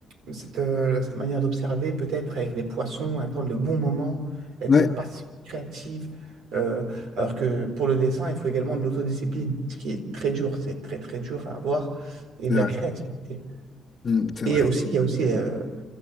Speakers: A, on the right; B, on the left.
A: cette, euh, cette manière d'observer, peut-être avec les poissons, attendre le bon moment, être
B: ouais,
A: patient, créatif. euh, alors que pour le dessin, il faut également de l'autodiscipline, ce qui est très dur, c'est très très dur à avoir, et
B: c'est
A: de
B: vrai.
A: la créativité.
B: Mm, c'est
A: Et
B: vrai.
A: aussi, il y a aussi euh,